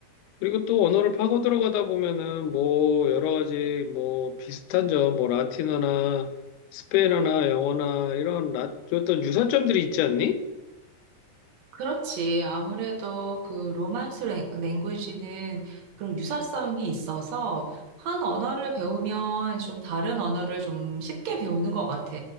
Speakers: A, on the left; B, on the right.
A: 그리고 또 언어를 파고 들어가다 보면은 뭐 여러 가지 뭐 비슷한 점, 뭐 라틴어나 스페인어나 영어나 이런 라, 어떤 유사점들이 있지 않니?
B: 그렇지. 아무래도 그 로만스 랭- 랭귀지는 그런 유사성이 있어서 한 언어를 배우면 좀 다른 언어를 좀 쉽게 배우는 것 같아.